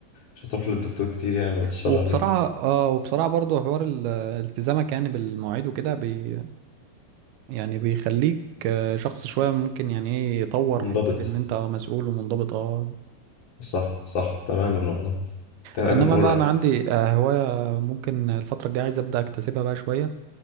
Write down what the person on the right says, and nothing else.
وبصراحة
اه وبصراحة برضه حوار ال- التزامك يعني بالمواعيد وكده بي يعني بيخليك آه، شخص شوية ممكن يعني ايه يطور
حتة ان انت آه، مسؤول ومنضبط اه
انما
بقى انا عندي آه، هواية ممكن الفترة الجاية عايز ابدأ اكتسبها بقى شوية